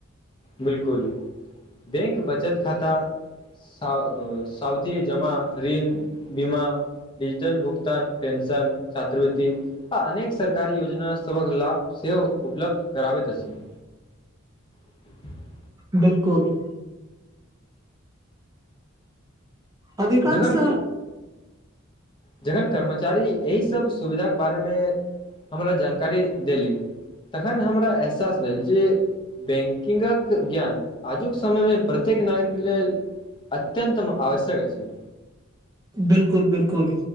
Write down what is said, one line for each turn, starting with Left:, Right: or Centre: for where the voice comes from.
Left: बिल्कुल <inaudible> बैंक बचत खाता <inaudible> सावधी जमा ऋण बीमा डिजिटल भुगतान पेंशन छात्रवृति आ अनेक सरकारी योजना सभक लाभ सेहो उपलब्ध कराबैत अछि <unintelligible>
Right: <inaudible> बिल्कुल अधिकांश
Left: जखन जखन कर्मचारी एहि सब सुविधा केँ बारेमे हमरा जानकारी देलिन तखन हमरा एहसास भेल जे बैंकिंगक ज्ञान आजुक समयमे प्रत्येक नागरिक केँ लेल अत्यतम आवश्यक अछि
Right: बिल्कुल बिल्कुल